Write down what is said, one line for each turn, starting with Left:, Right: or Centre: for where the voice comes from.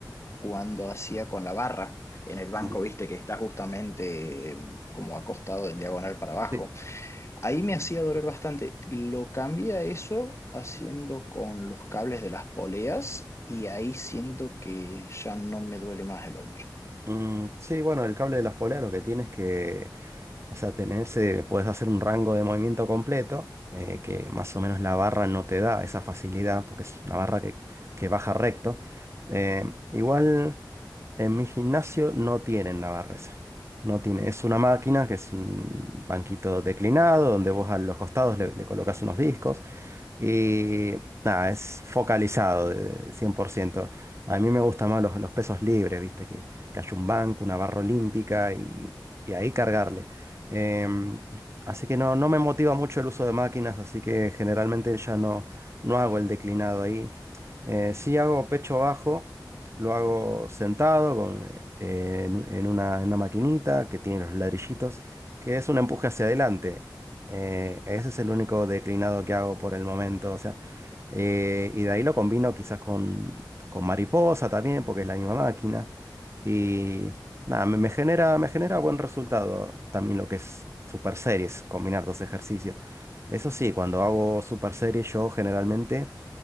Left: cuando hacía con la barra. En el banco,
Right: <clears throat>
Left: viste que está justamente eh, como acostado en diagonal para abajo.
Right: Sí.
Left: Ahí me hacía doler bastante. Lo cambié a eso haciendo con los cables de las poleas y ahí siento que ya no me duele más el hombro.
Right: Mm, sí, bueno, el cable de las poleas lo que tienes que, o sea, tenerse, puedes hacer un rango de movimiento completo, eh, que más o menos la barra no te da esa facilidad, porque es una barra que, que baja recto. Eh, igual en mi gimnasio no tienen la barra esa. No tiene, es una máquina que es un banquito declinado, donde vos a los costados le, le colocas unos discos. Y nada, es focalizado de cien por ciento A mí me gustan más los, los pesos libres, ¿viste? Que, que haya un banco, una barra olímpica y, y ahí cargarle. Em, así que no, no me motiva mucho el uso de máquinas, así que generalmente ya no, no hago el declinado ahí. Eh, sí hago pecho bajo, lo hago sentado con, eh, en, en una, en una maquinita que tiene los ladrillitos, que es un empuje hacia adelante. Eh, ese es el único declinado que hago por el momento. O sea, eh, y de ahí lo combino quizás con, con mariposa también, porque es la misma máquina. Y nada, me, me genera, me genera buen resultado también lo que es super series, combinar dos ejercicios. Eso sí, cuando hago super series, yo generalmente